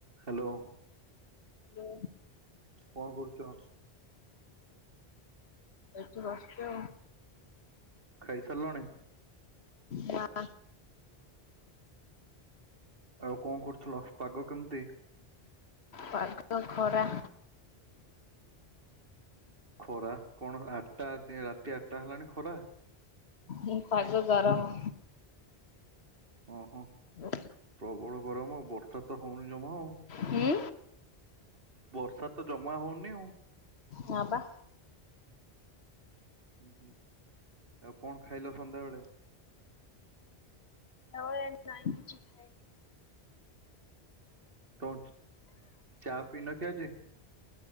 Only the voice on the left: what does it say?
Hello.
ଏଠି ବସିଚୁ ଆଉ।
ହଁ।
ପାାଗ ଖରା।
ହ ପାଗ ଗରମ।
ହୁଁ।
ହୁଁ?
ହଁ ବା।
ବେଳେ ନାଇଁ କିଛି ଖାଇନି